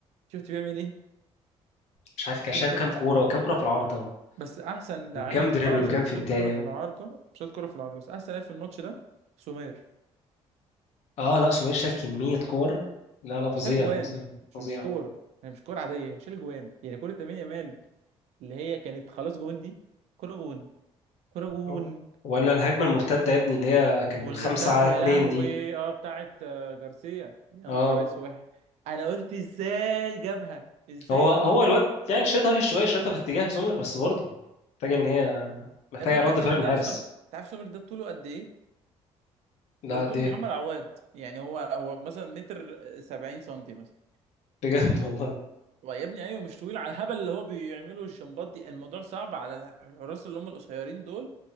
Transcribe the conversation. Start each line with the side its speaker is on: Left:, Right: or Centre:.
Right: شفت بيعمل ايه
Left: مش عارف كان
Right: شفت
Left: شايل كام كوره وكام كوره في العارضه
Right: بس احسن لعيب
Left: وكام دريبل
Right: اه شات
Left: وكام فنتايه
Right: شات كوره في
Left: و...
Right: العارضه شات كوره في العارضه بس احسن لعيب في الماتش ده سومير
Left: اه لا سمير شال كميه كور لا لا فظيع
Right: شال جوان
Left: فظيع
Right: مش
Left: فظيع
Right: مش كور يعني مش كور عاديه شال جوان يعني كوره لامين يامال اللي هي كانت خلاص جون دي كوره جون كوره جون
Left: آه. ولا الهجمه المرتده يا ابني اللي هي كان
Right: والمرتق
Left: خمسة على
Right: يا
Left: اتنين
Right: لهوي
Left: دي
Right: اه بتاعت آه، جارسيا يا
Left: اه
Right: نهار اسود انا قلت ازاي جابها ازاي
Left: هو
Right: ده
Left: هو
Right: نط
Left: الواد يعني شايطها في شويه شايطها في اتجاه سمير بس برضه محتاجه ان هي محتاجه
Right: يا ابني انت
Left: رد
Right: عارف
Left: فعل
Right: سومير
Left: من
Right: ده
Left: الحارس
Right: اصلا انت عارف سومير ده طوله قد ايه
Left: لا
Right: ده طول
Left: دي
Right: محمد عواد يعني هو هو مثلا متر سبعين سنتي مثلا
Left: بجد <laughs> والله
Right: ويا ابني ايوه مش طويل على الهبل اللي هو بيعمله الجمبات دي الموضوع صعب على الح- الحراس اللي هم القصيرين دول